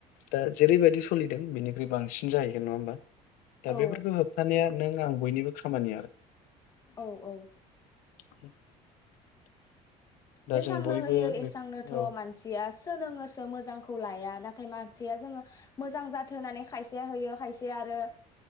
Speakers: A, on the left; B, on the left.
A: दा जेरैबायदि सोलिदों बेनिख्रु बांसिन जाहैगोन नङा होमबा? दा
B: औ
A: बेफोरखौ होबथानाया नों आं बयनिबो खामानि आरो
B: औ औ
A: <inaudible>
B: जेसांनो
A: जों बयबो
B: होयो एसांनोथ'
A: बे औ
B: मानसिया सोलोङोसो मोजांखौ ला लाया नाथाय मानसिया जोङो मोजां जाथों होननानै खायसेया होयो खायसे आरो